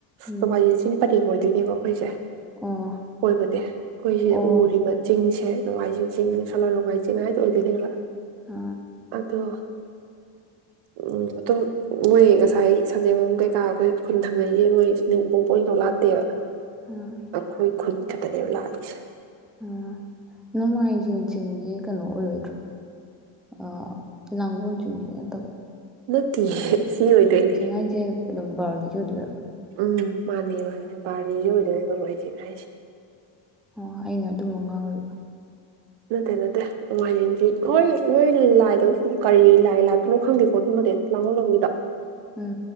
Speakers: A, in the centre; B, on the right (about 65°).
A: ꯎꯝ
B: ꯅꯣꯡꯃꯥꯖꯤꯡ ꯆꯤꯡ ꯄꯥꯔꯦꯡ ꯑꯣꯏ ꯇꯤꯗꯤ ꯒꯣꯑꯩꯈꯣꯏꯁꯦ
A: ꯑꯣ
B: ꯑꯣꯏꯕꯗꯤ ꯑꯩꯈꯣꯏꯁꯤꯗ
A: ꯑꯣ
B: ꯎꯔꯤꯕ ꯆꯤꯡꯁꯤ ꯍꯦꯛ ꯅꯣꯡꯃꯥꯏꯖꯤꯡ ꯆꯤꯡ ꯁꯣꯂꯥꯡ ꯅꯣꯡꯃꯥꯏ ꯆꯤꯡ ꯍꯥꯏꯥꯏꯗꯣ ꯑꯣꯏꯗꯣꯏꯅꯦꯕ
A: ꯑ
B: ꯑꯗꯣ ꯎꯝ ꯑꯗꯨꯝ ꯃꯣꯏ ꯉꯁꯥꯏ ꯁꯟꯖꯦꯝꯕꯝ ꯀꯩꯀꯥ ꯑꯩꯈꯣꯏ ꯈꯨꯟ ꯊꯡꯅꯩꯁꯦ ꯃꯣꯏꯅꯨꯡꯄꯣꯛꯕꯣꯏꯗꯣ ꯂꯥꯠꯇꯦꯕ
A: ꯍꯝ
B: ꯑꯩꯈꯣꯏ ꯈꯨꯟ ꯈꯛꯇꯅꯦꯕ ꯂꯥꯛꯑꯗꫭꯏꯁꯦ
A: ꯍꯝ ꯅꯣꯡꯃꯥꯏꯖꯤꯡ ꯆꯤꯡꯁꯦ ꯀꯩꯅꯣ ꯑꯣꯏꯔꯣꯏꯗ꯭ꯔꯣ ꯑ ꯂꯥꯡꯒꯣꯜ ꯆꯤꯡꯁꯦ ꯅꯠꯇꯕ꯭ꯔꯣ
B: ꯅꯠꯇꯤꯌꯦ ꯁꯤ ꯑꯣꯏꯗꯣꯏꯅꯦ
A: ꯍꯥꯏꯁꯦ ꯑꯗꯨꯝ ꯕꯥꯔꯨꯅꯤꯁꯤ ꯑꯣꯏꯗꯣꯏꯔꯥꯕ
B: ꯎꯝ ꯃꯥꯅꯤ ꯃꯥꯅꯦ ꯕꯥꯔꯨꯅꯤꯖꯤ ꯑꯣꯏꯗꯣꯏꯅꯦ ꯅꯣꯡꯃꯥꯏꯖꯤꯡ ꯍꯥꯏ ꯑꯟꯑꯣꯗꯤꯕꯜ <inaudible>
A: ꯑꯣ ꯑꯩꯅ ꯑꯗꯨꯃ ꯉꯥꯎꯔꯨꯏꯕ
B: ꯅꯠꯇꯦ ꯅꯠꯇꯦ ꯅꯣꯡꯃꯥꯏꯖꯤꯡ ꯗꯤ ꯃꯣꯏ ꯃꯣꯏꯒꯤ ꯂꯥꯏꯗꯨ ꯀꯔꯤ ꯂꯥꯏ ꯂꯥꯠꯄꯅꯣ ꯈꯪꯗꯦꯀꯣ ꯑꯗꯨꯃꯗꯤ ꯂꯥꯡꯒꯣꯜ ꯂꯣꯝꯒꯤꯗꯣ
A: ꯎꯝ